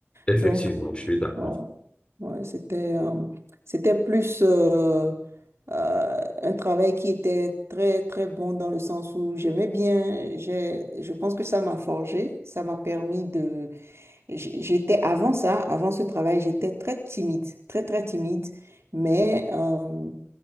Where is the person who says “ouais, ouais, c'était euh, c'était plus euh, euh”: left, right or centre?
Right